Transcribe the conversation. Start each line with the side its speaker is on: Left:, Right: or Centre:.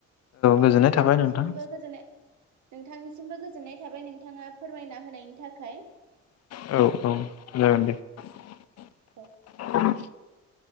Right: औ
Left: गोजोननाय
Right: नोंथांनिसिमबो
Left: थाबाय नोंथां
Right: गोजोननाय नोंथांनिसिमबो गोजोननाय थाबाय नोंथाङा फोरमायना होनायनि थाखाय।
Left: औ औ <unintelligible>
Right: औ
Left: <unintelligible>